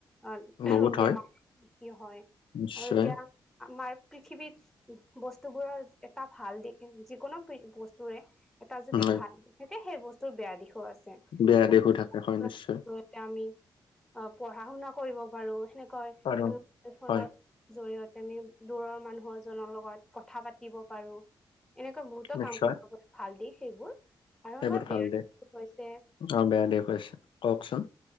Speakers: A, in the centre; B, on the left.
A: অ'
B: বহুত
A: বেমাৰ্তি
B: হয়
A: হয়
B: নিশ্চয়
A: আৰু এতিয়া আমাৰ পৃথিৱীত বস্তুবোৰৰ এটা ভাল দি যিকোনো বস্তুৰে এটা যদি
B: হয়
A: ভাল নাথাকে সেই বস্তুৰ বেয়া দিশও আছে
B: বেয়া
A: যেনেক
B: দিশো
A: <unintelligible>
B: থাকে হয় নিশ্চয়
A: আমি অ' পঢ়া শুনা কৰিব পাৰো সেনেকৈ
B: আৰু
A: আমি মোবাইল ফোনৰ
B: হয়
A: জৰিয়তে আমি দূৰৰ মানুহজনৰ লগত কথা পাতিব পাৰো। এনেকুৱা বহুতো
B: নিশ্চয়
A: কাম কৰিব পাৰে ভাল দিশ সেইবোৰ আৰু
B: সেইবোৰ
A: আমাৰ
B: ভাল
A: বেয়া দিশ
B: দে
A: হৈছে
B: অ' বেয়া দেখুৱাইছে কওকচোন।